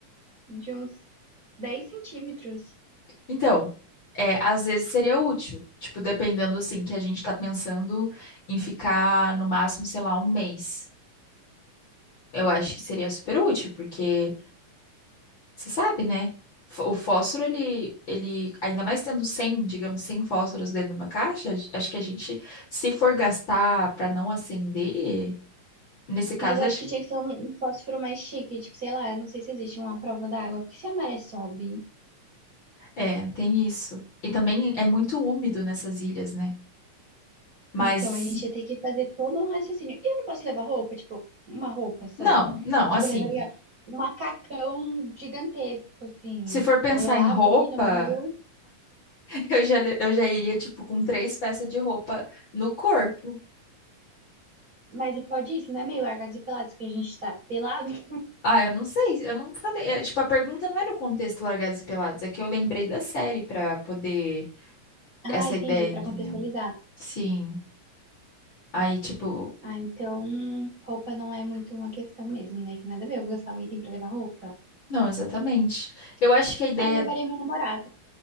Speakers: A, on the right; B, on the left.
A: de uns 10 centímetros.
B: Então, é, às vezes seria útil, tipo, dependendo assim, que a gente tá pensando em ficar no máximo, sei lá, um mês. Eu acho que seria super útil, porque você sabe, né? Fó- O fósforo, ele, ele, ainda mais tendo 100 digamos, 100 fósforos dentro de uma caixa, a gen- acho que a gente, se for gastar pra não acender, nesse caso,
A: Mas eu
B: acho,
A: acho que tinha que ser um, um fósforo mais chique. Tipo, sei lá, não sei se existe uma prova d'água. Porque se a maré sobe
B: é, tem isso. E também é muito úmido nessas ilhas, né? Mas,
A: Então, a gente ia ter que fazer todo um raciocínio. E eu não posso levar roupa, tipo, uma roupa só.
B: não, não,
A: Tipo,
B: assim,
A: eu levaria um macacão gigantesco, assim.
B: se for pensar
A: Aí eu lavo
B: em roupa.
A: ali no rio.
B: Eu já, le- eu já iria, tipo, com três peças de roupa no corpo.
A: Mas e pode isso, não é meio largados e pelados que a gente tá pelado? <laughs>
B: Ah, eu não sei, eu não falei. é, tipo, a pergunta não é no contexto Largados e Pelados, é que eu lembrei da série pra poder.
A: Ah,
B: Essa
A: entendi,
B: ideia,
A: pra
B: entendeu?
A: contextualizar.
B: Sim. Aí, tipo,
A: Ah, então roupa não é muito uma questão mesmo, né? Que nada a ver, eu vou gastar um item pra levar roupa.
B: não, exatamente. Eu acho que a ideia.
A: Ah, eu levaria meu namorado